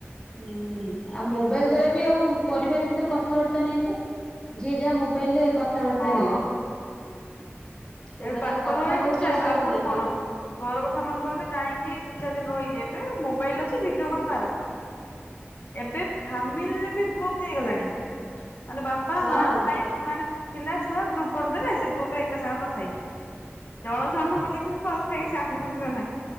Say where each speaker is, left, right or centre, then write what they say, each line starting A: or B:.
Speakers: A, on the left; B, on the left.
A: ହୁଁ ଆଉ ମୋବାଇଲ ଦ୍ଵାରା ବି ଆଉ ପରିବାର ଭିତରେ କଥାବାର୍ତ୍ତା ନାହିଁ ତ? ଯିଏ ଯାହା ମୋବାଇଲ ରେ କଥାବାର୍ତ୍ତା
B: ହଁ
A: ହେଲେ। ସେମାନେ
B: ଏ ପାଖ
A: ଆଉ କଥା
B: ରହିବା
A: ହବାକୁ
B: ତ କିଛି
A: ଚେଷ୍ଟା
B: ଆଗରୁ
A: କରୁନାହାନ୍ତି
B: କଣ? ଘର କଥା ମନେ ପଡ଼ଲେ ଯାଇକି ଦି ଚାରି ଦିନ ରହିକି ଏବେ ମୋବାଇଲ ଅଛି ଭିଡିଓ କଲ୍ ମାର ଏବେ ଫାମିଲି ଯେତେ ଗ୍ରୁପ ହେଇଗଲାଣି ମାନେ ବାପା
A: ହଁ
B: ମା ଭାଇ ମାନେ ପିଲା ଛୁଆ ଗ୍ରୁପ କରି ଦେଲେ ସେ ଗ୍ରୁପ ରେ ଏକା ସାଙ୍ଗରେ କଥା ହେଇଯାଏ ଜଣ ଜଣ କରି କି ଆଉ। <unintelligible>